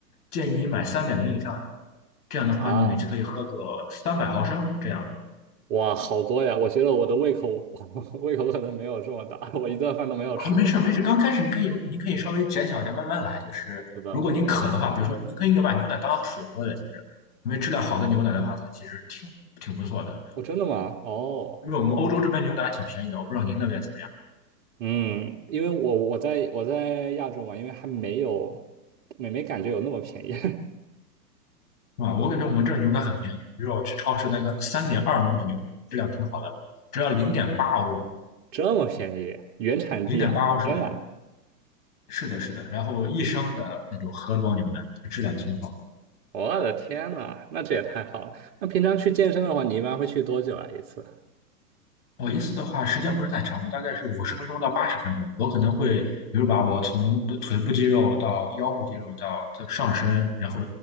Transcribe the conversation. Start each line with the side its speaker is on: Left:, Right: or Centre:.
Left: 建议你买三点零以上的，这样的话你每次可以喝个三百毫升这样。
Right: 啊？哇，好多呀！我觉得我的胃口 <laughs> 胃口可能没有这么大，我一顿饭都没有吃过
Left: 啊，没事儿没事儿，刚开始你可以您可以稍微减小一点，慢慢来。就是如果您渴的话，
Right: 是的。
Left: 比如说您可以把牛奶当水喝的，其实因为质量好的牛奶的话，它其实挺挺不错的。
Right: 哦，真的吗？哦，
Left: 因为我们欧洲这边牛奶还挺便宜的，我不知道您那边怎么
Right: 嗯，因为我我在我在亚洲嘛，因为还没有没没感觉有那么便宜，
Left: 样，是吧？我感觉我们这儿牛奶很便宜，比如说我去超市那个三点二的那个牛奶，质量挺好的，只要零点八欧，
Right: <laughs> 这么便宜，原产地啊！
Left: 零点八欧是的，
Right: 天呐，
Left: 是的，是的。然后一升的那种盒装牛奶，质量挺好。
Right: 我的天呐，那这也太好了。那平常去健身的话，你一般会去多久啊一次？
Left: 我一次的话，时间不是太长，我大概是五十分钟到八十分钟。我可能会，比如把我从腿部肌肉到腰部肌肉到到上身，然后